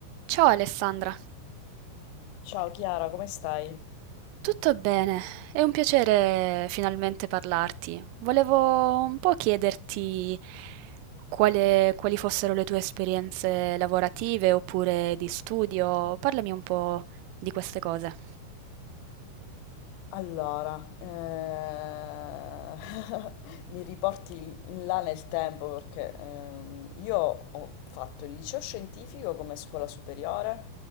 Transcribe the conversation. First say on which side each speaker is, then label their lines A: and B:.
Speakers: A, on the right; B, on the left.
A: Ciao Alessandra.
B: Ciao Chiara, come stai?
A: Tutto bene, è un piacere finalmente parlarti. Volevo un po' chiederti quale- quali fossero le tue esperienze lavorative oppure di studio. Parlami un po' di queste cose.
B: Allora, eh, <laughs> mi riporti in là nel tempo perché ehm, io ho fatto il liceo scientifico come scuola superiore,